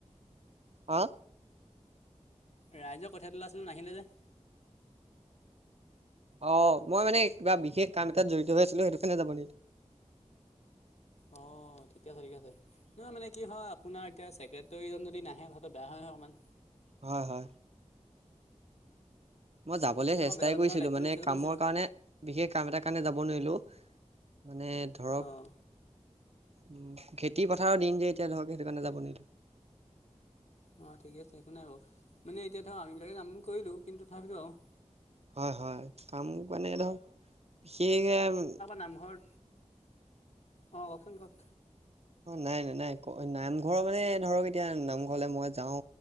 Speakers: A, on the right; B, on the left.
A: আ।
B: ৰাইজৰ কঠীয়া তোলা আছিলে নাহিলে যে?
A: অ', মই মানে কিবা বিশেষ কাম এটাত জড়িত হৈ আছিলো সেইটো কাৰণে যাব নোৱাৰিলোঁ।
B: অ', ঠিকে আছে ঠিকে আছে। নহয় মানে কি হয়, আপোনাৰ এতিয়া ছেক্ৰেটেৰীজন যদি নাহে কথাটো বেয়া হয় নহয়, অকণমান।
A: হয়, হয়। মই যাবলৈ
B: আপুনি
A: চেষ্টাই
B: আকৌ বেলেগ এজনক
A: কৰিছিলো
B: দায়িত্বটো
A: মানে
B: দি থৈ যাব
A: কামৰ
B: লাগিছিলে
A: কাৰণে বিশেষ কাম এটাৰ কাৰণে, যাব নোৱাৰিলো মানে ধৰক
B: অ'
A: উম, খেতি পথাৰৰ দিন যে এতিয়া ধৰক সেইটো কাৰণে, যাব নোৱাৰিলো।
B: অ', ঠিকে আছে একো নাই বাৰু মানে এতিয়া ধৰক আমিবিলাকে কামটো কৰিলোঁ কিন্তু, তথাপিতো আৰু।
A: হয়, হয়, কাম কাৰনে ধৰক
B: নামঘৰ অ', কওচোন কওক।
A: অ', নাই নাই নাই নামঘৰ মানে ধৰক এতিয়া নামঘৰলে মই যাও।